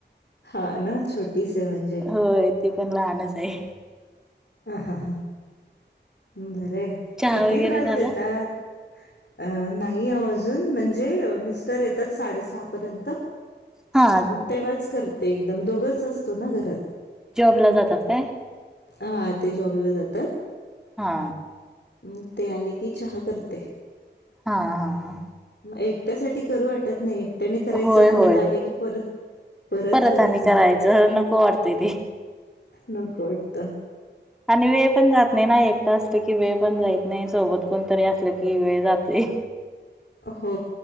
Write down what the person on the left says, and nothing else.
हा ना? छोटीशी आहे म्हणजे.
अं ह ह, बरंय.
किती
त्रास
देतात! अ नाही आहे अजून, म्हणजे मिस्टर येतात साडेसहा पर्यंत.
मग तेव्हाच करते एकदम दोघंच असतो ना घरात.
हा ते जॉबला जातात.
मग ते आले की चहा करते.
मग एकट्यासाठी करू वाटत नाही एकट्याने करायचं
परत
आले की परत
करायचं
नको
नको वाटतं
हो